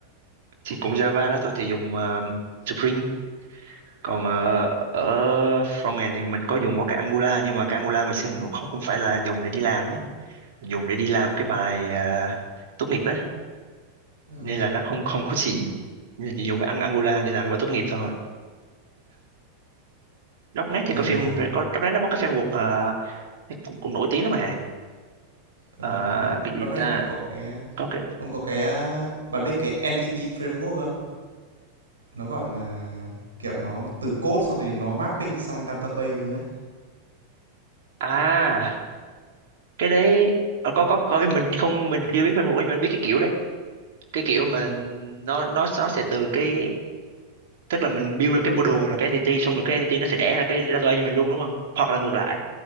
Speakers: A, on the right; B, on the right.
A: thì cũng Java đó thôi thì dùng ờ, Spring còn ờ, ở frontend thì mình có dùng có cái Angular nhưng mà cái Angular ngày xưa mình cũng không không phải là dùng để đi làm ấy mình dùng để đi làm cái bài ờ, tốt nghiệp ấy
B: Ừ,
A: nên là nó không không có gì nên chỉ dùng cái Ang- Angular để làm cái bài tốt nghiệp thôi Darknet thì
B: mình
A: có phim
B: à,
A: có Darknet nó có cái phim cuộc ờ, cũng, cũng nổi tiếng lắm mà
B: Ừ,
A: Ờ,
B: đúng.
A: cái gì
B: Nó đây
A: ta
B: cũng có cái
A: có cái
B: cũng có cái à, bạn biết cái Entity Framework không? Nó gọi là kiểu nó từ code xong thì nó mapping sang database luôn đấy.
A: à cái đấy ờ, có có có mình không mình chưa biết phim cuộc nhưng mình biết cái kiểu đấy cái kiểu mà
B: Ừ.
A: nó nó nó sẽ từ cái tức là mình build được cái model là cái entity xong rồi cái entity nó sẽ đẻ ra cái database cho mình luôn đúng không hoặc là ngược lại